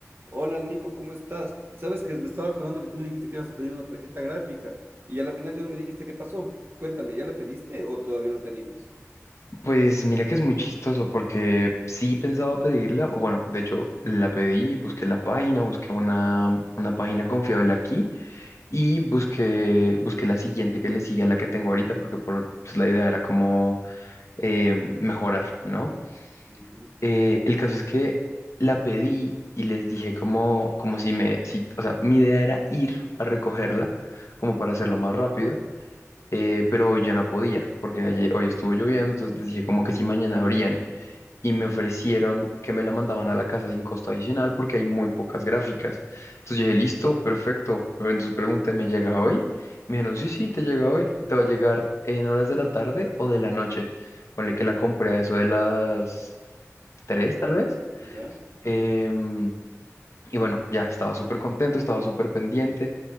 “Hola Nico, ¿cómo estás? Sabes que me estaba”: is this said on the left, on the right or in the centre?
Right